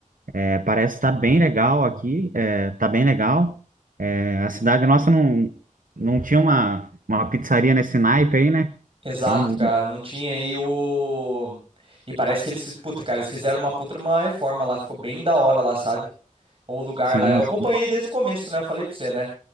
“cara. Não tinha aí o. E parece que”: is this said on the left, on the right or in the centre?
Right